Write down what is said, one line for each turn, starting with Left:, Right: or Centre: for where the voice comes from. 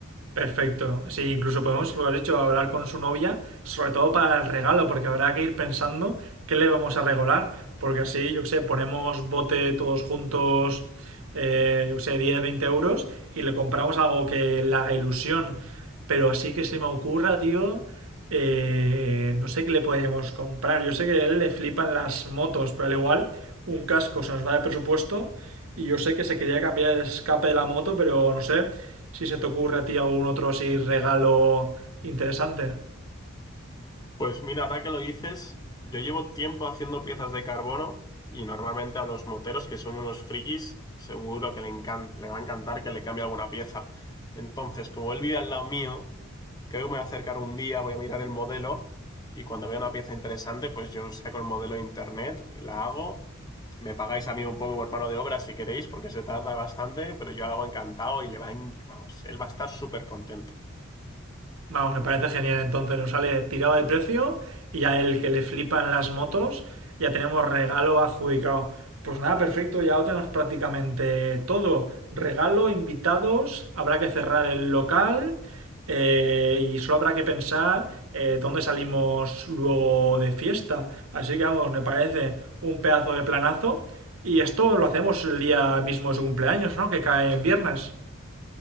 Right: Perfecto. Sí, incluso podemos, lo has dicho, hablar con su novia, sobre todo para el regalo, porque habrá que ir pensando qué le vamos a regalar, porque así, yo qué sé, ponemos bote todos juntos, eh, yo qué sé, 10, 20 euros y le compramos algo que le haga ilusión. Pero así que se me ocurra, tío, eh, no sé qué le podríamos comprar. Yo sé que a él le flipan las motos, pero al igual un casco se nos va de presupuesto y yo sé que se quería cambiar el escape de la moto, pero no sé, si se te ocurre a ti algún otro así regalo interesante.
Left: Pues mira, ahora que lo dices, yo llevo tiempo haciendo piezas de carbono y normalmente a los moteros, que son unos frikis, seguro que le, encan- le va a encantar que le cambie alguna pieza. Entonces, como él vive al lado mío, creo que me voy a acercar un día, voy a mirar el modelo y cuando vea una pieza interesante, pues yo saco el modelo de internet, la hago. Me pagáis a mí un poco por mano de obra si queréis, porque se tarda bastante, pero yo lo hago encantado y le va a en- vamos, él va a estar súper contento.
Right: Vamos, me parece genial. Entonces nos sale tirado de precio y a el que le flipan las motos, ya tenemos regalo adjudicado. Pues nada, perfecto, ya lo tenemos prácticamente todo. Regalo, invitados, habrá que cerrar el local eh, y solo habrá que pensar eh, dónde salimos luego de fiesta. Así que vamos, me parece un pedazo de planazo. Y esto lo hacemos el día mismo de su cumpleaños, ¿no? Que cae en viernes.